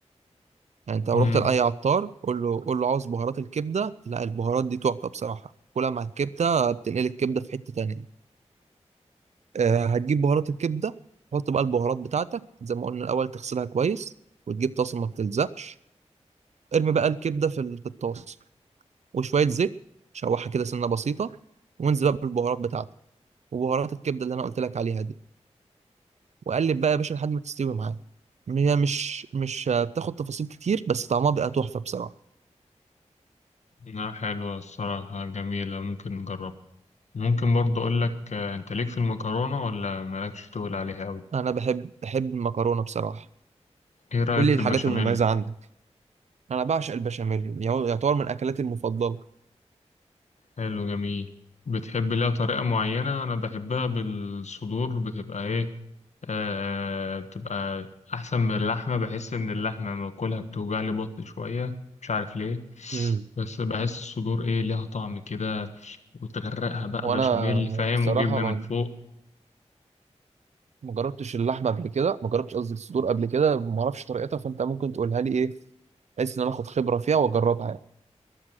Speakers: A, on the right; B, on the left.
A: يعني انت لو
B: مم.
A: رحت لاي عطار قول له قول له عاوز بهارات الكبده لا البهارات دي تحفه بصراحه كلها مع الكبده بتنقل الكبده في حته تانيه آه، هتجيب بهارات الكبده تحط بقى البهارات بتاعتك زي ما قلنا الاول تغسلها كويس وتجيب طاسه ما بتلزقش ارمي بقى الكبده في ال- في الطاسه وشويه زيت شوحها كده سنه بسيطه وانزل بقى بالبهارات بتاعتك وبهارات الكبده اللي انا قلت لك عليها دي وقلب بقى يا باشا لحد ما تستوي معاك هي مش مش آه، بتاخد تفاصيل كتير بس طعمها بيبقى تحفه بصراحه
B: لا حلوة الصراحة جميلة ممكن نجربها ممكن برضو أقول لك آه، أنت ليك في المكرونة ولا مالكش تقول عليها أوي
A: انا بحب بحب المكرونه بصراحه
B: إيه رأيك
A: قول لي
B: في
A: الحاجات
B: البشاميل؟
A: المميزه عندك انا بعشق البشاميل يعتبر من اكلاتي المفضله
B: حلو جميل بتحب لها طريقة معينة أنا بحبها بالصدور بتبقى إيه آه بتبقى أحسن من اللحمة بحس إن اللحمة لما باكلها بتوجع لي بطني شوية مش عارف ليه
A: امم
B: بس بحس الصدور إيه ليها طعم كده وتغرقها بقى
A: وانا
B: بشاميل فاهم
A: بصراحه
B: وجبنة من فوق
A: ما جربتش اللحمه قبل كده ما جربتش قصدي الصدور قبل كده ما اعرفش طريقتها فانت ممكن تقولها لي ايه بحيث ان انا اخد خبره فيها واجربها يعني